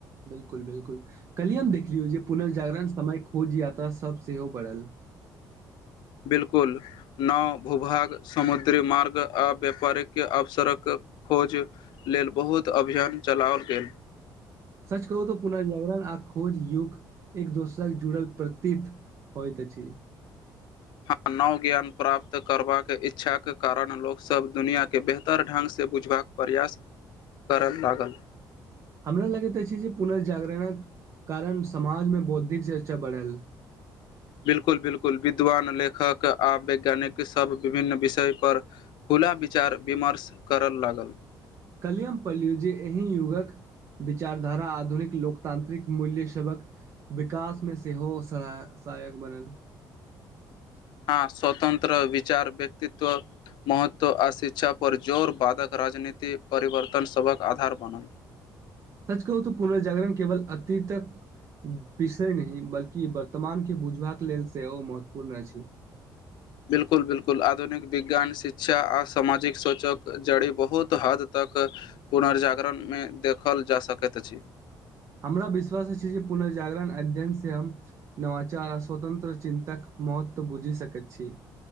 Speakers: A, on the right; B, on the left.
A: बिलकुल बिलकुल काली हम देखलियौ जे पुनर्जागरण समय खोज यात्रा सभ सेहो बढ़ल
B: बिलकुल नौ भूभाग समुद्री मार्ग आ व्यापारिक अवसर क खोज लेल बहुत अभियान चलाओल गेल
A: सच कहू तऽ पुनर्जागरण आ खोज युग एक दोसरक जुड़ल प्रतीत होइत अछी
B: हँ नव ज्ञान प्राप्त करबाक इच्छा के कारण लोकसभ दुनिया के बेहतर ढङंगसँ बुझबाक प्रयास करय लागल
A: हमरा लागैत अछी जे पुर्नजागरणक कारण समाजमे बौद्धिक चर्चा बढ़ल
B: बिलकुल बिलकुल विद्वान लेखक आ वैज्ञानिक सभ विभिन्न विषय पर खुद खुला विचार विमर्श करऽ लागल
A: काल्हिये हम पढ़लौ जे एहि युगक विचारधारा आधुनिक लोकतांत्रिक मूल्य सभहक विकासमे सेहो स सहायक बनल
B: <inaudible> हँ स्वतंत्र विचार व्यक्तित्व महत्व आ शिक्षा पर जोर वादा कर राजनीति परिवर्तन सभक आधार बनल
A: सच कहू त पुनर्जागरण केवल अतीतक विषय नहि बल्कि वर्तमानके बुझबाक लेल सेहो महत्वपूर्ण अछि
B: बिलकुल बिलकुल आधुनिक विज्ञान शिक्षा आ सामाजिक सोचक जड़ी बहुत हद तक क पुनर्जागरणमे देखल जा सकैत अछि
A: हमरा विश्वास छै जे पुनर्जागरण अध्ययन से हम नवाचार आ स्वतंत्र चिन्तक महत्व बुझि सकैत छी